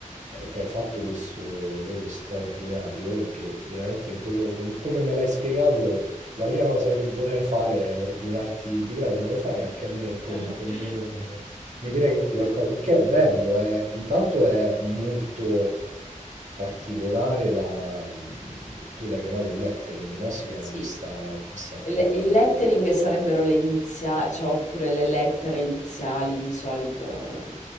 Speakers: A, on the right (about 65°); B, on the left (about 65°).
A: eh, che hai fatto questo logo straordinario, perché veramente in quello, com- come me l'hai spiegato... La prima cosa che vorrei fare è ordinarti, ti prego, me lo fai anche a me con
B: <laughs>
A: col mio nome. Mi crei
B: Vabbè.
A: qualcosa, perché è bello, è- intanto è molto particolare la... tu l'hai chiamato il lettering, no? Si chiama
B: Sì.
A: questa, questa forma
B: Il il
A: di...
B: lettering sarebbero le iniziali, cioè, oppure le lettere iniziali di solito eh,